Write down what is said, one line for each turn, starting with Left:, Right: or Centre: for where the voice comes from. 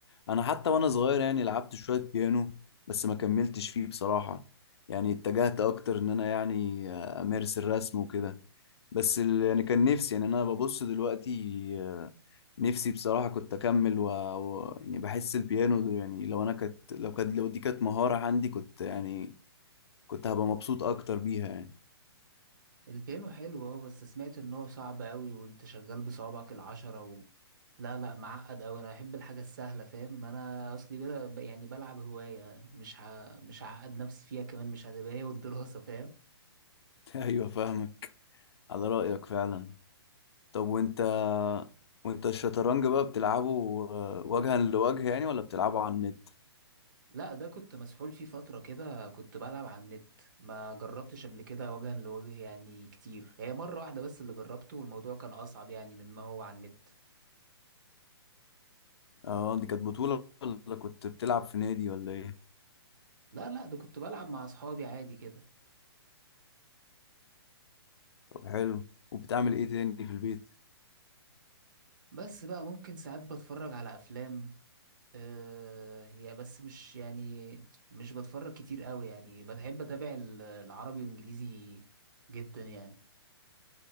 Left: انا حتى وانا صغير يعني لعبت شوية بيانو بس ما كملتش فيه بصراحة يعني اتجهت اكتر ان انا يعني امارس الرسم وكده بس ال... يعني كان نفسي يعني انا ببص دلوقتي آه، نفسي بصراحة كنت اكمل و... و... يعني بحس البيانو ده يعني لو انا كانت لو كانت لو دي كانت مهارة عندي كنت يعني كنت هبقى مبسوط اكتر بيها يعني
Right: البيانو حلو اه بس سمعت ان هو صعب قوي وانت شغال بصوابعك العشرة و... لا لا معقد قوي انا بحب الحاجة السهلة فاهم انا اصلي بدا ب- يعني بلعب هواية مش ه... مش هعقد نفسي فيها كمان مش هتبقى هي والدراسة فاهم
Left: <laughs> ايوه فاهمك على رأيك فعلا طب وانت وانت الشطرنج بقى بتلعبه آه، وجها لوجه يعني ولا بتلعبه على النت
Right: لا ده كنت مسحول فيه فترة كده كنت بلعب على النت ما جربتش قبل كده وجها لوجه يعني كتير هي مرة واحدة بس اللي جربته والموضوع كان اصعب يعني من ما هو على النت
Left: اه دي كانت بطولة ولا كنت بتلعب في نادي ولا ايه
Right: لا لا ده كنت بلعب مع اصحابي عادي كده
Left: طب حلو وبتعمل ايه تاني في البيت
Right: بس بقى ممكن ساعات بتفرج على افلام آه، هي بس مش يعني مش بتفرج كتير قوي يعني بحب اتابع ال- العربي وانجليزي جدا يعني